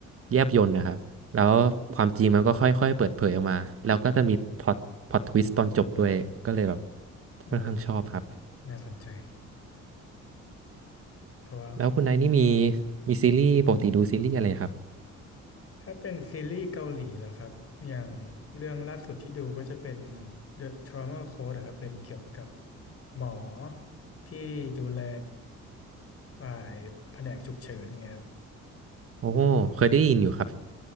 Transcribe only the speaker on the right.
แยบยลนะครับแล้วความจริงมันก็ค่อยๆเปิดเผยออกมาแล้วก็จะมีพล็อตพล็อตทวิสต์ตอนจบด้วยก็เลยแบบ
ค่อนข้างชอบครับ
แล้วคุณนายนี่มีมีซีรีส์ปกติดูซีรีส์อะไรครับ
โอ้เคยได้ยินอยู่ครับ